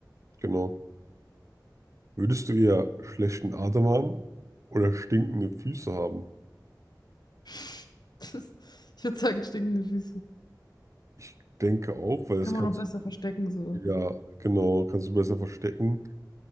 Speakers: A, on the right; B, on the left.
A: genau. Würdest du eher schlechten Atem haben oder stinkende Füße haben?
B: <laughs> Das, ich würde sagen, stinkende Füße.
A: Ich denke auch, weil das
B: Kann
A: kannst
B: man noch besser verstecken, so.
A: du, ja, genau, kannst du besser verstecken.